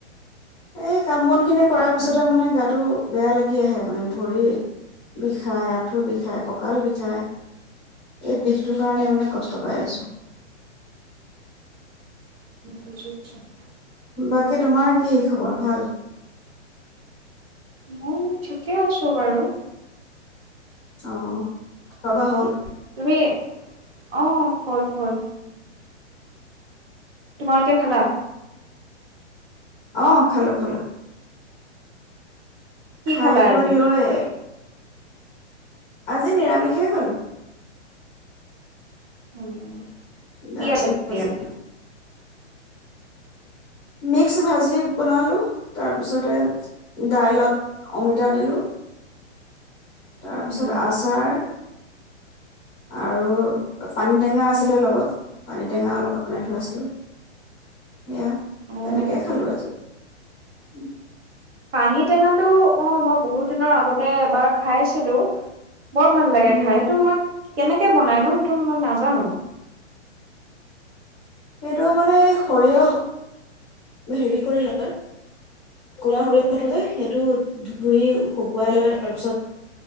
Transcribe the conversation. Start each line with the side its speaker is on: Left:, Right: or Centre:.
Left: এই কাম বন খিনি কৰাৰ পিছতে
Right: অ'।
Left: মানে গাটো বেয়া লাগি আহে মানে ভৰি বিষায়, আঠু বিষায়, কঁকাল বিষায়। এই বিষটোৰ কাৰণে মানে কষ্ট পাই আছো।
Right: <unintelligible>
Left: বাকী তোমাৰ কি খবৰ ভাল?
Right: মই ঠিকে আছো বাৰু।
Left: অ', খোৱা বোৱা হ'ল?
Right: তুমি অ', হ'ল, হ'ল। তোমালোকে খালা?
Left: অহ, খালো, খালো।
Right: কি
Left: খাই
Right: খালা আজি?
Left: কৰি লৈ আজি নিৰামিষে খালোঁ।
Right: উম।
Left: দাইল,
Right: কি আছিল
Left: ভাজি।
Right: নিৰা
Left: মিক্স ভাজি বনালোঁ, তাৰপিছতে দাইলত অমিতা দিলোঁ। তাৰপিছত
Right: উম,
Left: আচাৰ আৰু পানীটেঙা আছিলে লগত পানীটেঙা অলপ বনাই থোৱা আছিলে সেয়া
Right: অ'।
Left: তেনেকে খালো আজি। <unintelligible>
Right: পানী টেঙাটো অ', মই বহুত দিনৰ আগতে এবাৰ খাইছিলো। বৰ ভাল লাগে
Left: উম
Right: খাই সেইটো মই কেনেকে বনাইনো? সেইটো মই নাজানো।
Left: সেইটো মানে সৰিয়হ হেৰি কৰিলা? কোলা সৰিয়হটো যে সেইটো ধুই শুকুৱাই লৈ তাৰপিছত